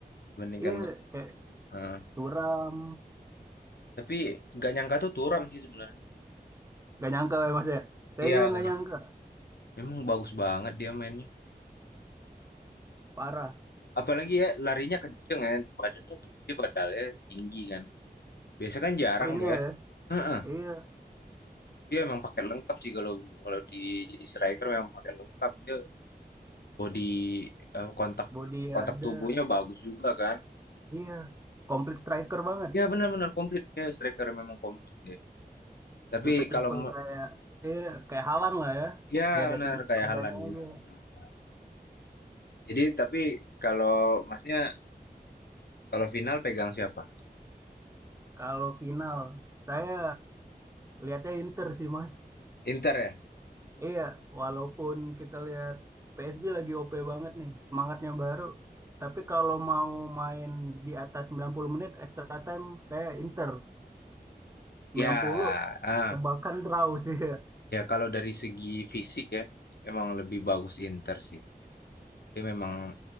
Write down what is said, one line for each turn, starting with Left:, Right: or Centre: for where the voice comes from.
Left: dibandingkan
Right: iya
Left: musim sebelumnya.
Right: kayak
Left: Heeh.
Right: suram
Left: tapi nggak nyangka tuh Turam sih sebenarnya.
Right: gak nyangka ya mas ya saya
Left: Iya,
Right: juga
Left: nggak
Right: gak
Left: nyangka.
Right: nyangka
Left: Memang bagus banget dia mainnya.
Right: parah
Left: Apalagi ya larinya kenceng ya, badannya gede padahal tinggi kan. Biasa kan jarang
Right: sprintnya
Left: tuh ya.
Right: ya
Left: Heeh.
Right: iya
Left: Dia memang pakai lengkap sih kalau kalau di jadi striker memang pakai lengkap dia body eh, kontak
Right: body ya
Left: kontak
Right: ada
Left: tubuhnya bagus juga kan. Mm-mm.
Right: iya komplit striker banget
Left: Iya benar-benar komplit dia striker memang komplit dia. Tapi
Right: tipe-tipe
Left: kalau me-
Right: kayak iya kayak Halan lah ya
Left: ya
Right: beda
Left: benar
Right: tinggi
Left: kayak
Right: badannya
Left: Halan benar-benar.
Right: aja
Left: Jadi tapi kalau masnya Kalau final pegang siapa?
Right: kalau final saya lihatnya Inter sih mas
Left: Inter ya?
Right: Iya, walaupun kita lihat PSG lagi OP banget nih, semangatnya baru. Tapi kalau mau main di atas 90 menit extra time, saya Inter 90
Left: Ya, ah,
Right: tembakan draw sih. <laughs>
Left: ya kalau dari segi fisik ya, emang lebih bagus Inter sih. Dia memang